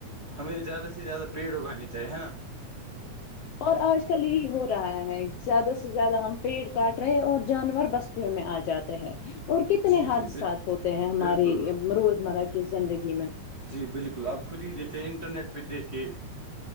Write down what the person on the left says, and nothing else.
اور آج کل یہی ہو رہا ہے زیادہ سے زیادہ ہم پیڑ کاٹ رہے ہیں اور جانور بس میں آ جاتے ہیں اور کتنے
حادثات
ہوتے ہیں ہماری
روزمرہ کی زندگی میں